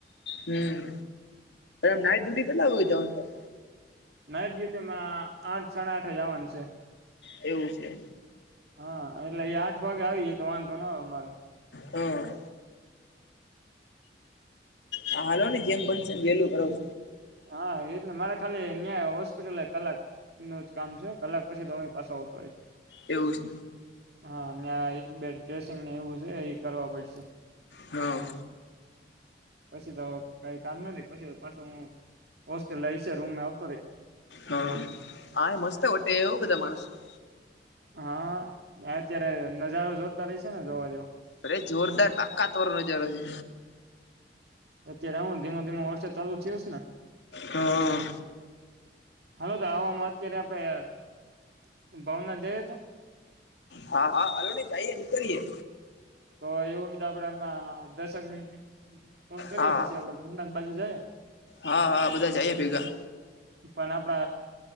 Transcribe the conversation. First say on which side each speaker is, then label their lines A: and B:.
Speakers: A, on the left; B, on the right.
A: હમ નાઈટ ડ્યુટી કેટલા હો જવાનું
B: નાઈટ ડ્યુટી માં આઠ સાડા આઠ જવાનું છે
A: એવું છે
B: હા એટલે એ આઠ વાગે આવી જાય તો વાંધો ના આવે અમારે
A: હા હા હાલો ને જેમ બનશે એ વેલું કરાવ
B: હા એજ ને મારા ખાલી ન્યાં હોસ્પિટલ કલાક નું જ કામ છે કલાક પછી તો અરી પાસે આવતો હોય
A: એવું જ
B: હા બે ડ્રેસિંગને એવું છે એ કરવા પડશે
A: હા
B: પછી તો કઈ કામ નથી પછી તો પાછું હોસ્ટેલ છે રૂમમે આવતો રહી
A: હા હા મસ્ત વટે એવું બધા માણસો
B: હા અત્યારે નજારો જોરદાર ર છે ને જોવા જોવો
A: અરે જોરદાર તાકાતવર નજાર છે
B: અત્યારે હું ધીમો ધીમો વર્ષે ચાલુ થયસ ને
A: હા
B: હલો તો આવામાં અત્યારે આપડે ભાવના જઈએ તો
A: હા હા હાલો ને જઈએે નીકળીયે
B: તો એવું હોય તો આપડે હમણા દર્શકની ફોન કરીએ
A: હા
B: પછી આપડે ભોનાથ બાજુ જઈએ
A: હા હા બધા જઈએ ભેગા
B: ના આપ